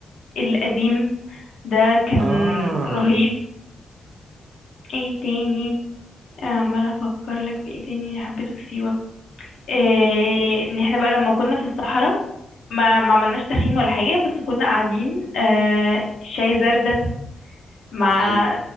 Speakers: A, on the left; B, on the right.
A: القديم ده كان
B: اه
A: رهيب ايه تاني عمال افكر لك في ايه تاني اللي حبيته في سيوة إيه ان احنا بقى لما كنا في الصحراء ما ما عملناش تخييم ولا حاجة بس كنا قاعدين آه شاي زردة مع
B: يا عيني